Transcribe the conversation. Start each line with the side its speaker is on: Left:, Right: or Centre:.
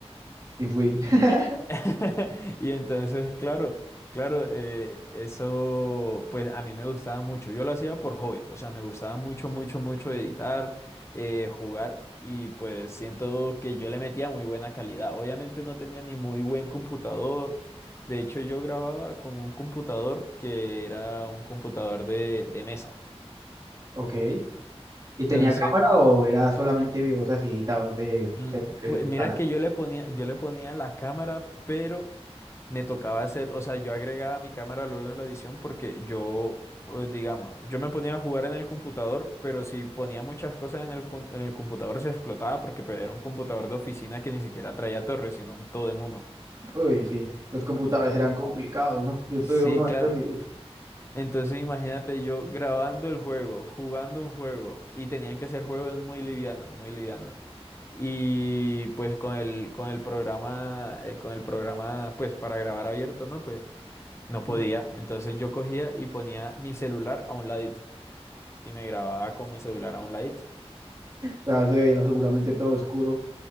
Right: Y fui. <laughs>
Left: <laughs> Y entonces, claro, claro, eh, eso pues a mí me gustaba mucho, yo lo hacía por hobby, o sea, me gustaba mucho, mucho, mucho editar, eh, jugar y pues siento que yo le metía muy buena calidad. Obviamente no tenía ni muy buen computador. De hecho, yo grababa con un computador que era un computador de de mesa.
Right: Ok. ¿Y tenía
Left: Entonces,
Right: <laughs> cámara o era solamente
Left: Ujú.
Right: videos así editados de,
Left: mm,
Right: de lo que
Left: pues
Right: le gustara?
Left: mira que yo le ponía, yo le ponía la cámara, pero me tocaba hacer, o sea, yo agregaba mi cámara luego en la edición porque yo, eh, digamos, yo me ponía a jugar en el computador, pero si ponía muchas cosas en el, pun- en el computador se explotaba porque pues, era un computador de oficina que ni siquiera traía torres, sino un todo en uno.
Right: Uy, sí, los computadores eran complicados, ¿no? Yo
Left: Sí,
Right: tuve uno
Left: claro.
Right: de esos y uf,
Left: Entonces imagínate yo grabando el juego, jugando un juego, y tenían que ser juegos muy livianos, muy livianos. Y pues con el, con el programa, eh, con el programa, pues para grabar abierto, ¿no? Pues no
Right: <laughs>
Left: podía.
Right: o
Left: Entonces yo cogía y ponía mi celular a un ladito. Y me grababa con mi celular a un ladito.
Right: sea, se veía seguramente todo oscuro